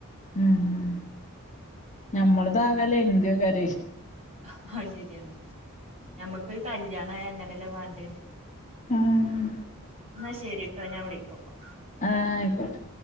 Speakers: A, on the left; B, on the right.
A: ഉം ഞമ്മളതാകല്ലെ എ
B: ആഹ് ശരിയാണ് ഞമ്മക്കൊരു കല്യാണ ആയ അങ്ങനെല്ല വേണ്ടേ
A: ആഹ്
B: എന്നാ ശരിട്ടോ ഞാൻ വിളിക്കാ ഇപ്പോ
A: ആഹ് ആയിക്കോട്ടെ